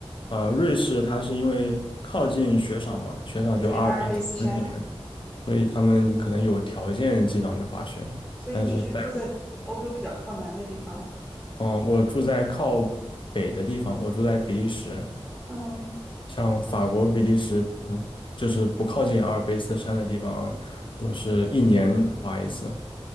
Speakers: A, on the left; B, in the centre.
A: 呃，瑞士它是因为靠近雪场嘛，雪场就阿尔卑斯山那边，
B: 对，阿尔卑斯山。
A: 所以他们可能有条件经常去滑雪，
B: 所以你是住在欧洲比较靠南的地方。
A: 但是在我，嗯、我住在靠北的地方，我住在比利时，
B: 嗯
A: 像法国、比利时不就是不靠近阿尔卑斯山的地方，都是一年滑一次。